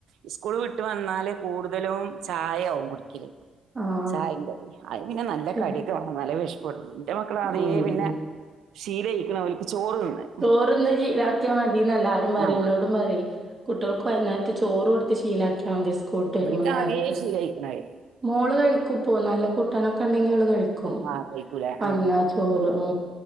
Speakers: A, on the right (about 75°); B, on the right (about 20°).
A: ഉസ്കൂള് വിട്ട് വന്നാല് കൂടുതലും ചായാവും കുടിക്കല്.
B: ആഹ്
A: ചായിം കടിം അയിന് പിന്നെ നല്ല
B: ചോ
A: കടി ഒക്കെ വേണം. ആ നല്ല വിഷപ്പെടുള്ളൂ, ഇന്റെ മക്കള ആദ്യേ
B: ഉം
A: പിന്നെ
B: ഉം
A: ശീലയിക്ക്ണ് അവൽക്ക് ചോറ് തിന്ന്
B: ചോറ് തിന്ന് ശീലാക്കിയാ മതിന്ന് എല്ലാരും പറിം.
A: ആഹ്
B: ഇന്നോടും പറിം. കുട്ടിയോൾക്ക് വൈന്നേരത്ത് ചോറ് കൊടുത്ത് ശീലക്കിയാ മതി സ്കൂൾ വിട്ട്
A: ഇബൽക്ക്
B: വരുമ്പോ നേരത്തെ.
A: ആദ്യേ ശീലായിക്ക്ണത്
B: മോള് കഴിക്കുപ്പൊ നല്ല കൂട്ടാനൊക്കെ ഉണ്ടെങ്കി അവള് കഴി ക്കും
A: ആഹ് ആഹ് കഴിക്കൂലേ
B: അല്ല
A: ആഹ്
B: ചോറ് ആ.